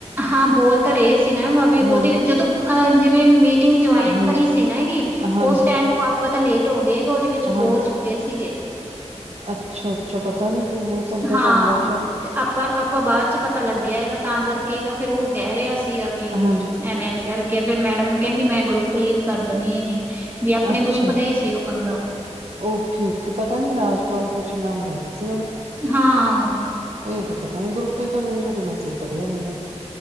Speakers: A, on the right; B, on the right.
A: ਹਾਂ, ਬੋਲ ਤਾਂ ਰਹੇ ਸੀ। ਨਾ ਗ ਵੀ ਉਹਦੇ
B: ਹਾਂਜੀ
A: ਜਦੋਂ ਅ ਜਿਵੇਂ ਮੀਟਿੰਗ ਜੁਇਨ
B: ਹਾਂਜੀ
A: ਕਰੀ ਸੀ। ਨਾ ਗ,
B: ਹਾਂਜੀ
A: ਉਸ ਟਾਈਮ ਉਹ ਆਪਾਂ ਤਾਂ ਲੇਟ ਹੋਗੇ। ਉਹਦੇ ਵਿੱਚ ਬੋਲ
B: ਹਾਂਜੀ
A: ਚੁੱਕੇ ਸੀਗੇ।
B: ਅੱਛਾ -ਅੱਛਾ। ਪਤਾ ਨੀ ਫਿਰ ਹੋ ਸਕਦਾ
A: ਹਾਂ,
B: ਸਾਨੂੰ ਬਾਅਦ ਚ
A: ਤੇ ਆਪਾਂ -ਆਪਾਂ ਬਾਅਦ ਚ ਪਤਾ ਲੱਗਿਆ ਹੈਗਾ ਤਾਂ ਕਰਕੇਗਾ। ਫੇਰ ਉਹ ਕਹਿ ਰਿਹਾ ਸੀਗਾ ਵੀ
B: ਹਾਂਜੀ
A: ਐਵੇਂ ਐਵੇਂ ਕਰਹਿ ਕੇ ਫੇਿਰ ਮੈਡਮ ਨੂੰ ਕਹਿੰਦੀ ਮੈਂ ਗਰੁੱਪ ਲਵ ਕਰ ਦਿੰਦੀ ਹੈਗੀ। ਵੀ ਆਪਣੇ
B: ਅੱਛਾ।
A: ਗਰੁੱਪ ਦਾ ਹੀ ਸੀ ਉਹ ਬੰਦਾ
B: ਓਕੇ, ਓਕੇ ਪਤਾ ਨੀ ਰਾਜ ਕੁਛ ਨਾਮ ਲੈ ਰਹੀ ਸੀ। ਮੈਡਮ
A: ਹਾਂ।
B: ਇਹ ਤਾਂ ਪਤਾ ਨੀ ਗਰੁੱਪ ਚ ਮ ਕੋਈ ਮੈਸੇਜ ਪੜਿਆ ਨਹੀਂ ਇਹਨਾਂ ਨੇ